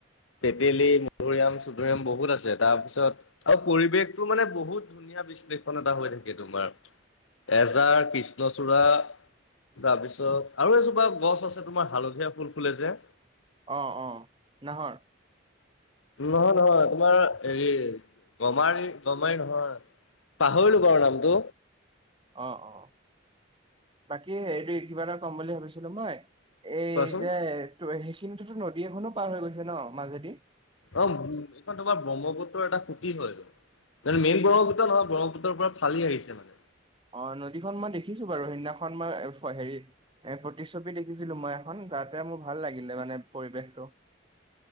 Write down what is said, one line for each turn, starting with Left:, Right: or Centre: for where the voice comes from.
Left: তেতেলী, মধুৰিআম-চুধুৰিয়াম বহুত আছে তাৰপিছত আৰু পৰিৱেশটো মানে বহুত ধুনীয়া বিশ্লেষণ এটা হৈ থাকে তোমাৰ। এজাৰ, কৃষ্ণচূড়া তাৰপিছত আৰু এজোপা গছ আছে তোমাৰ হালধীয়া ফুল ফুলে যে।
Right: অঁ-অঁ! নাহৰ।
Left: নহয়-নহয়, তোমাৰ হেৰি গমাৰি-গমাৰি নহয়। পাহৰিলো বাৰু নামটো।
Right: অঁ-অঁ! বাকী হেৰি কিবা এটা কম বুলি ভাবিছিলোঁ মই? এই
Left: কোৱাচোন
Right: যে ত সেইখিনিতোতো নদী এখনো পাৰ হৈ গৈছে ন মাজেদি?
Left: অ' সেইখন তোমাৰ ব্ৰহ্মপুত্ৰৰ এটা খুতি হয়। মানে মেইন ব্ৰহ্মপুত্ৰ নহয় ব্ৰহ্মপুত্ৰৰ পৰা ফালি আহিছে মানে।
Right: অ' নদীখন মই দেখিছো বাৰু! সেইদিনাখন মই হেৰিত এ প্ৰতিচ্ছবি দেখিছিলো মই এখন তাতে মোৰ ভাল লাগিলে মানে পৰিৱেশটো।